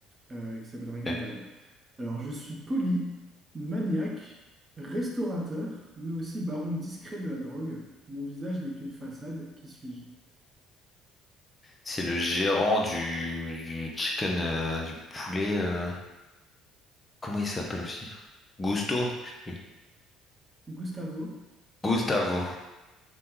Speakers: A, on the right (about 25°); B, on the left (about 20°).
A: euh, qui s'appelle Breaking
B: Ok.
A: Bad. Alors, je suis poli, maniaque, restaurateur, mais aussi baron discret de la drogue. Mon visage n'est qu'une façade, qui suis-je?
B: C'est le gérant du, du chicken, euh, du poulet. euh, comment il s'appelle aussi? Gusto? Je sais plus.
A: Gustavo,
B: Gustavo.